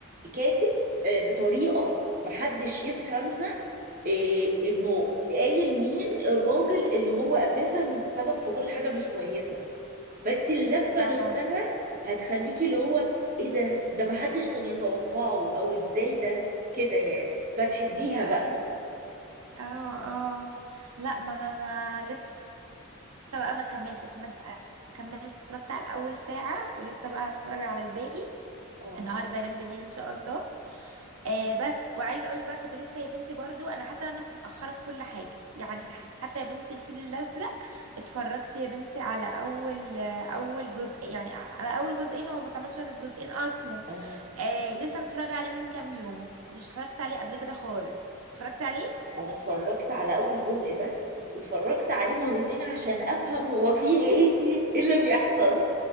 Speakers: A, on the right; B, on the right.
A: كاتب آه، بطريقه محدش يفهمها آه، انه قايل مين الراجل اللي هو اساسا سبب في كل حاجه مش كويسه فانت اللفه
B: اه
A: نفسها هتخليكي اللي هو ايه ده ده محدش كان يتوقعه او ازاي ده كده يعني فتحبيها
B: ايوه ايوه
A: بقى
B: اه اه لا ما انا ما لسه بقى ما كملتش انا ك- كملت اتفرجت على اول ساعة ولسه بقى هتفرج على الباقي
A: اه
B: النهارده يعني بالليل ان شاء الله آه بس وعايزه اقول لك بقى كنت لسه يا بنتي برضو انا حاسه ان انا متاخره في كل حاجه يعني حتى يا بنتي الفيل الازرق اتفرجت يا بنتي على اول آه، اول جزء يعني على اول جزئين هو ما اتعملش غير جزئين اصلا
A: اه
B: آه لسه متفرجه عليه من كام يوم ما كنتش اتفرجت عليه قبل كده خالص اتفرجت عليه
A: انا اتفرجت على اول جزء بس واتفرجت عليه مرتين عشان افهم هو فيه ايه <laughs> إيه اللي بيحصل